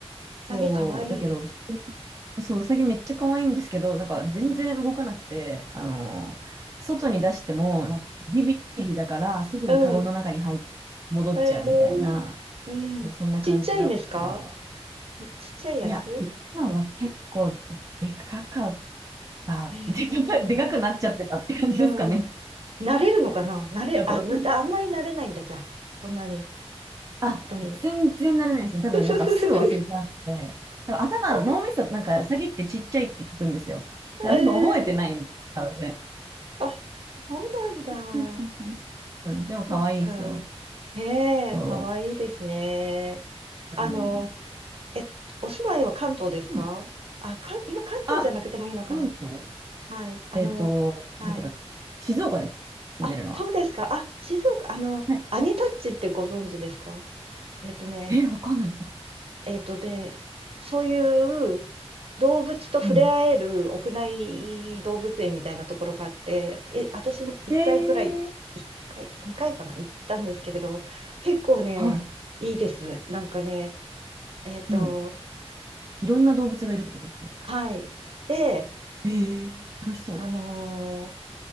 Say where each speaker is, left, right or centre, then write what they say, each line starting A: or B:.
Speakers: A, on the right; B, on the right.
A: そう、
B: サゲかわいい。
A: だけど、うさそう、うさぎめっちゃ可愛いんですけど、なんか全然動かなくて、
B: うん。
A: あのー外に出しても、なんかビビリだから、すぐにカゴの中に入っ、
B: うん。
A: 戻っちゃうみたいな、
B: へえ。うん。
A: そうそんな感じだったから、
B: ちっちゃいんですかちっちゃいやつ
A: いや、うちのは結構でかかった、
B: へえ。
A: でかか、でかくなっちゃってたって感じですかね。
B: うん。慣れるのかな慣れ、
A: やっぱ動く
B: あ、ぬあんまり慣れないんだ、じゃあ。そんなに、
A: あ、
B: 人に。
A: 全然慣れないんですよ。多分、
B: ふふふふふ。
A: なんかすぐ忘れちゃって、多分頭、
B: あ
A: 脳みそ、なんか、ウサギってちっちゃいって聞くんですよ。だからそう覚えてないんです、
B: ええ
A: 多分ね。
B: あ、そうなん
A: そうそうそううん、
B: だ。
A: でも、可愛いですよ。
B: そっか。ねえ、
A: そ
B: かわいいですね。あの、
A: う。うん。
B: え、お住まいは関東ですかあ、
A: うん
B: か、今関東じゃなくてもいいのかな
A: あ、関東
B: はい。あの、
A: えっと、
B: はい。
A: どこだっけ静岡です。
B: あ、
A: 住んでるのは。
B: そうですか。あ、静岡、あの、
A: はい。
B: アニタッチってご存知ですかえっとね、
A: え、わかんないですよ。
B: えっとね、そういう動物と触れ合える屋内動物園みたいなところがあって、
A: うん。
B: え、私1回くらい、
A: へえー。
B: 1回、2回かな、行ったんですけれど、結構ね、
A: はい。
B: いいです。なんかね、えっと、
A: うん。いろんな動物がいるってことですか
B: はい。で、
A: へえー、楽しそ
B: あのー